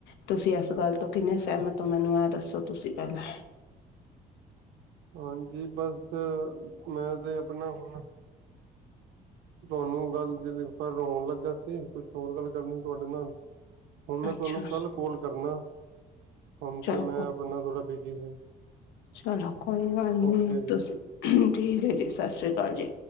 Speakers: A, on the left (about 85°); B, on the right (about 85°).
A: ਤੁਸੀਂ ਇਸ ਗੱਲ ਤੋਂ ਕਿੰਨੇ ਸਹਿਮਤ ਹੋ। ਮੈਨੂੰ ਆ ਦੱਸੋ ਤੁਸੀਂ ਪਹਿਲਾਂ।
B: ਹਾਂਜੀ ਬਸ ਮੈਂ ਤੇ ਆਪਣਾ ਹੁਣ। ਤੁਹਾਨੂੰ ਗੱਲ <unintelligible> ਰੋਣ ਲੱਗਾ ਸੀ ਕੁਛ ਹੋਰ ਗੱਲ ਕਰਨੀ ਤੁਹਾਡੇ ਨਾਲ। ਹੁਣ ਮੈਂ
A: ਅੱਛਾ
B: ਤੁਹਾਨੂੰ ਕੱਲ ਕੋਲ ਕਰਨਾ ਹੁਣ
A: ਚਲੋ
B: ਤੇ ਮੈਂ ਆਪ ਨਾਲ ਥੋੜ੍ਹਾ ਬਿਜੀ ਸੀ।
A: ਚਲੋ ਕੋਈ ਗੱਲ ਨੀ।
B: ਓਕੇ ਜੀ
A: ਤੁਸੀਂ ਠੀਕ ਐ ਜੀ ਸਤਿ ਸ਼੍ਰੀ ਅਕਾਲ ਜੀ।